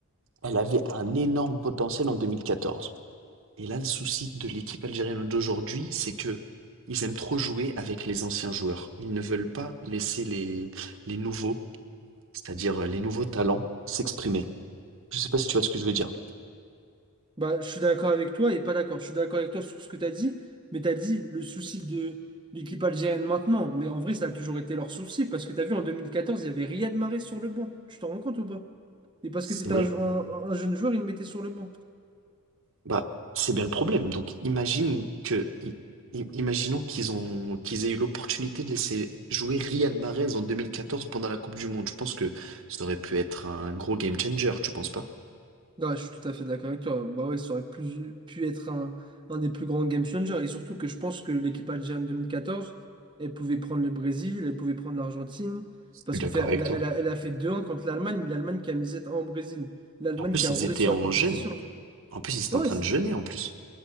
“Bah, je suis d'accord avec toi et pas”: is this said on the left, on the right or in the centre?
Right